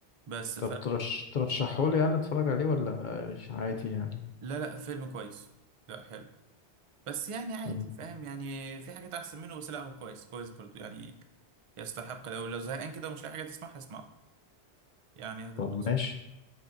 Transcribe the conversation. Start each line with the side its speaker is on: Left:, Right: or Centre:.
Right: بس
Left: طب ترش ترشحه لي يعني اتفرج عليه ولا ش- عادي يعني
Right: لا لا فيلم كويس لا حلو بس يعني عادي
Left: مم.
Right: فاهم يعني في حاجات احسن منه بس لا هو كويس كويس برضو يعني يستحق لو لو زهقان كده مش لاقي حاجه تسمعها اسمعه يعني هتتبسط
Left: طب ماشي